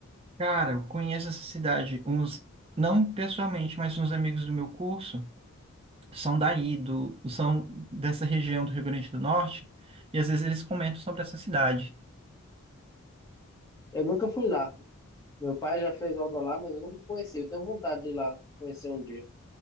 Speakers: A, on the right; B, on the left.
A: Cara, eu conheço essa cidade, uns, não pessoalmente, mas uns amigos do meu curso são daí, do, são dessa região do Rio Grande do Norte, e às vezes eles comentam sobre essa cidade.
B: Eu nunca fui lá. Meu pai já fez obra lá, mas eu nunca conheci. Eu tenho vontade de ir lá conhecer um dia.